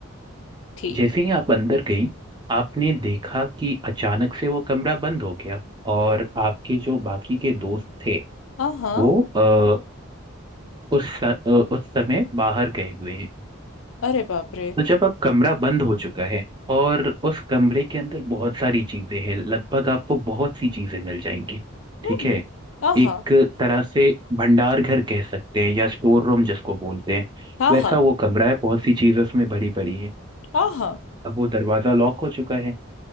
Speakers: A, on the left; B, on the right.
A: ठीक
B: जैसे ही आप अंदर गई आपने देखा कि अचानक से वो कमरा बंद हो गया और आपके जो बाकी के दोस्त थे
A: आहा
B: वो आ, उस स- अ, उस समय बाहर गए हुए हैं
A: अरे बाप रे
B: तो जब अब कमरा बंद हो चुका है और उस कमरे के अंदर बहुत सारी चीजें हैं लगभग आपको बहुत सी चीजें मिल जाएंगी
A: हम्म
B: ठीक है
A: हम्म, आहा
B: एक तरह से भंडार घर कह सकते हैं या स्टोर रूम जिसको बोलते हैं
A: आहा
B: वैसा वो कमरा है बहुत सी चीजें उसमें भरी पड़ी हैं
A: आहा
B: अब वो दरवाजा लॉक हो चुका है